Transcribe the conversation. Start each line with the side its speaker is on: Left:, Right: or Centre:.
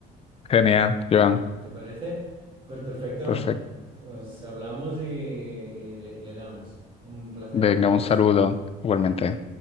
Left: Genial, Joan,
Right: ¿Te, te parece? Pues perfecto.
Left: perfecto.
Right: Nos hablamos y, y le y le damos. Un placer,
Left: Venga,
Right: Carlos.
Left: un saludo, igualmente.